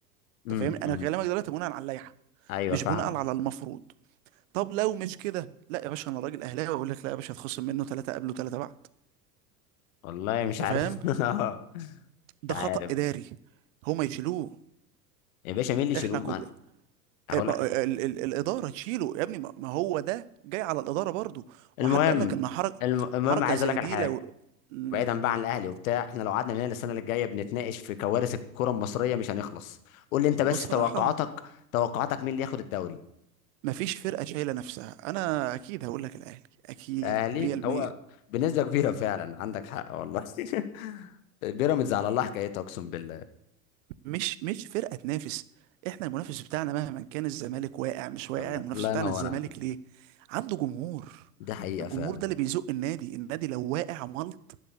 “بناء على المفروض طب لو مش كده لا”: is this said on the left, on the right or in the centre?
Right